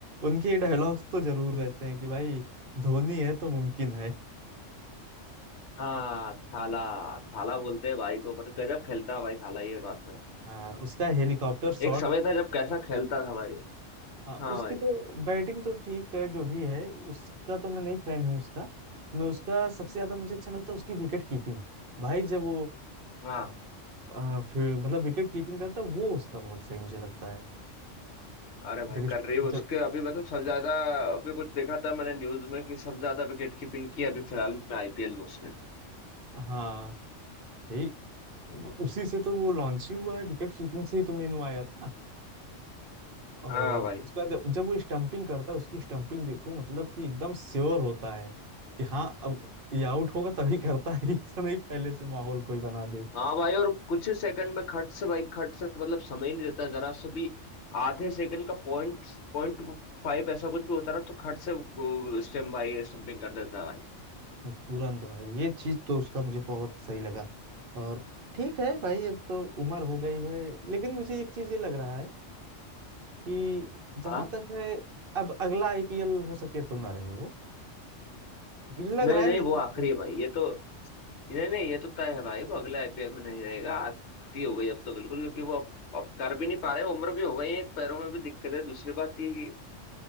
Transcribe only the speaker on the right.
उनके डायलॉग्स तो जरूर
रहते हैं कि भाई धोनी है तो मुमकिन है
हाँ उसका हेलीकॉप्टर शॉट
हाँ
उसकी
तो बैटिंग तो ठीक है जो भी है उसका तो मैं नहीं फैन हूँ उसका मैं उसका सबसे ज्यादा मुझे अच्छा लगता है उसकी विकेट कीपिंग भाई जब वो
आ, फिर मतलब विकेट कीपिंग करता है वो उसका बहुत सही मुझे लगता है
जब इस्ट-
जब
हाँ यही
उसी से तो वो लॉन्च ही हुआ है विकेट कीपिंग से ही तो मेनू आया था और
उसका जब जब वो स्टंपिंग करता है उसकी स्टंपिंग देखो मतलब कि एकदम श्योर होता है कि हाँ अब ये आउट होगा तभी करता है <laughs> ऐसा नहीं पहले से माहौल कोई बना दे
और तुरंत भाई ये चीज तो उसका मुझे बहुत सही लगा और ठीक है भाई अब तो उम्र हो गई है लेकिन मुझे एक चीज ये लग रहा है कि जहां
तक है अब अगला आईपीएल हो सके तो ना रहे वो मुझे लग
रहा है
लेकिन
अब देख-